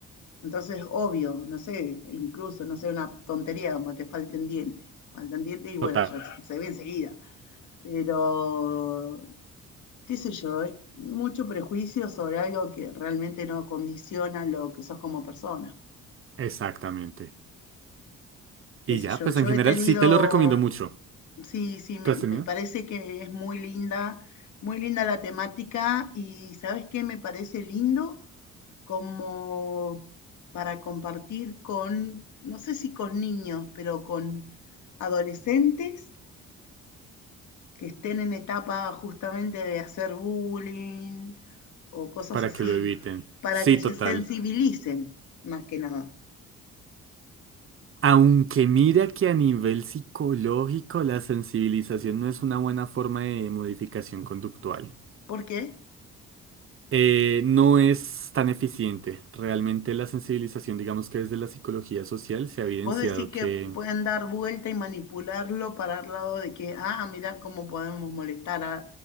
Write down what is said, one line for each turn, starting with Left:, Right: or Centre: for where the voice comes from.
Left: Entonces, obvio, no sé, incluso, no sé, una tontería como te falten dientes. Faltan dientes y bueno,
Right: Total.
Left: ya se se ve enseguida. Pero, qué sé yo, es mucho prejuicio sobre algo que realmente no condiciona lo que sos como persona.
Right: Exactamente.
Left: qué
Right: Y
Left: sé
Right: ya,
Left: yo,
Right: pues
Left: yo
Right: en general
Left: he tenido,
Right: sí te lo recomiendo mucho.
Left: sí, sí, me,
Right: ¿Tú has
Left: me
Right: tenido?
Left: parece que es muy linda, muy linda la temática y ¿sabes qué? Me parece lindo como para compartir con, no sé si con niños, pero con adolescentes que estén en etapa justamente de hacer bullying o cosas
Right: Para
Left: así,
Right: que lo eviten.
Left: para
Right: Sí,
Left: que
Right: total.
Left: se sensibilicen más que nada.
Right: Aunque mira que a nivel psicológico la sensibilización no es una buena forma de modificación conductual.
Left: ¿Por qué?
Right: Eh, no es tan eficiente. Realmente la sensibilización, digamos que desde la psicología social se ha evidenciado
Left: Vos decís
Right: que...
Left: que pueden dar vuelta y manipularlo para el lado de que, ah, mira cómo podemos molestar a,